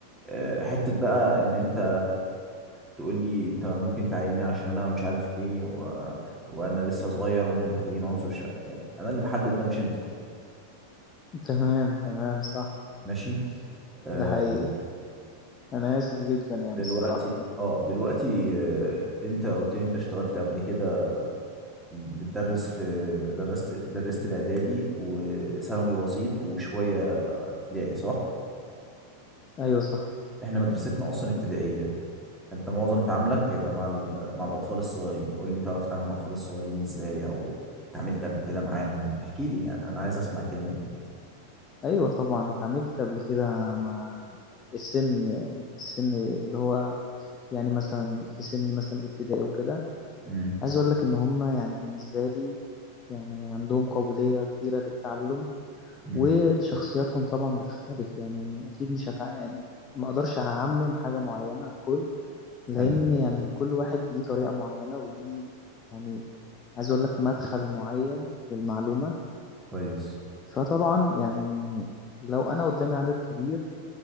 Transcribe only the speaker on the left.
تمام تمام صح
ده حقيقي انا اسف جدا يعني
الصراحه لا.
ايوه صح
ايوه طبعا اتعاملت قبل كده مع السن السن اللي هو يعني مثلا في سن مثلا الابتدائي وكده
عايز اقول لك ان هم يعني بالنسبه لي يعني عندهم قابليه كبيره للتعلم
وشخصياتهم طبعًا بتختلف، يعني أكيد مش هتع يعني ما أقدرش أعمِّم حاجة معيّنة على الكل، لإن
يعني كل واحد ليه طريقة معيّنة وليه يعني عايز أقول لك مدخل معيّن للمعلومة،
فطبعًا يعني لو أنا قدّامي عدد كبير